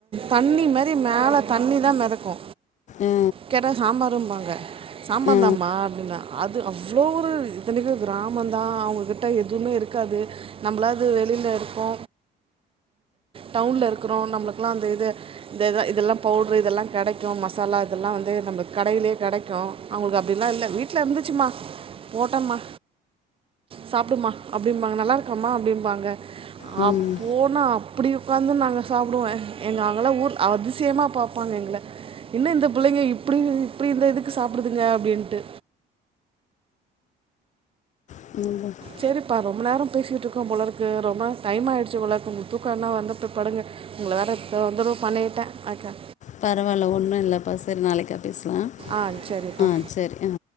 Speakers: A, on the right; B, on the left.
A: தண்ணி மாரி மேல தண்ணி தா மெதக்கு
B: ஆ
A: கேட்டா சாம்பாரும்பாங்க சாம்பார்
B: ஆ
A: தாமா அப்டின்னா அது அவ்ளோ ஒரு இத்தனக்கு கிராமந்தா அவுங்ககிட்ட எதுமேருக்காது நம்லாது வெளிலருப்போ டவுன்லருக்குறோ நம்ளுக்கெலா அந்த இத இந்த இத இதெல்லா பவுடரு இதெல்லா கெடைக்கு மசாலா இதெல்லா வந்து நம்ம கடைலே கெடைக்கு அவுங்களுக்கு அப்டிலா இல்ல வீட்லருந்துச்சுமா போட்டேம்மா சாப்டுமா அப்டிம்பாங்க நல்லா இருக்காமா அப்டிம்பாங்க
B: ம் ம்.
A: அப்போ நா அப்டி ஒக்காந்து நாங்க சாப்டுவோ எங்க அங்கல்ல ஊர் அதிசயமா பாப்பாங்க எங்கள என்ன இந்த புள்ளைங்க இப்டி இப்டி இந்த இதுக்கு சாப்டுதுங்க அப்டின்ட்டு
B: <unintelligible>
A: சேரிப்பா ரொம்ப நேரொ பேசிட்ருக்கோ போலருக்கு ரொம்ப டைம் ஆயிடுச்சு போலர்க்கு தூக்கம் எதுன்னா வந்து போய் படுங்க ஒங்கள வேற தொந்தரவு பண்ணிட்டே அக்கா
B: பரவால்ல ஒன்னு இல்லப்பா செரி நாளைக்கா பேசலா
A: ஆ சரிப்பா
B: ஆ சேரி ஆ